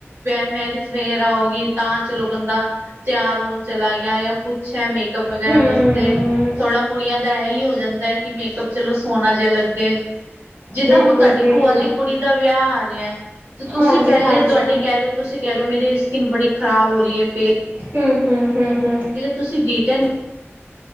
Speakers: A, on the right; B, on the right.
A: ਮੈਰਿਜ ਵਗੈਰਾ ਹੋ ਗਈ ਤਾਂ ਚਲੋ ਬੰਦਾ। ਤਿਆਰ ਹੋਣ ਚਲਾ ਗਿਆ ਯਾ- ਕੁਛ ਹੈ, ਮੇਕਅੱਪ ਵਗੈਰਾ
B: ਹੂੰ
A: ਵਾਸਤੇ, ਥੋੜਾ ਕੁੜੀਆਂ ਦਾ ਇਹੀ ਹੋ ਜਾਂਦਾ ਹੈ ਕਿ ਮੇਕਅਪ। ਚਲੋ ਸੋਨਾ ਜਿਹਾ ਲੱਗੇ, ਜਿੱਦਾਂ
B: ਬਿਲਕੁਲ
A: ਹੁਣ ਤੁਹਾਡੀ
B: ਬਿਲਕੁਲ
A: ਭੂਆ ਦੀ ਕੁੜੀ ਦਾ ਵਿਆਹ ਆ ਰਿਹਾ। ਤੇ ਤੁਸੀਂ
B: ਹਾਂਜੀ
A: ਪਹਿਲੇ
B: ਹਾਂਜੀ
A: ਤੁਹਾਡੇ ਕਹਿ ਰਹੇ ਹੋ। ਤੁਸੀਂ ਕਹਿ ਰਹੇ ਹੋ ਮੇਰੀ ਸਕਿਨ ਬੜੀ ਖਰਾਬ ਹੋ ਰਹੀ ਹੈ, ਫੇ-
B: ਹੂੰ- ਹੂੰ, ਹੂੰ-ਹੂੰ।
A: ਤੁਸੀਂ ਡੀਟਾ ਨ <unintelligible>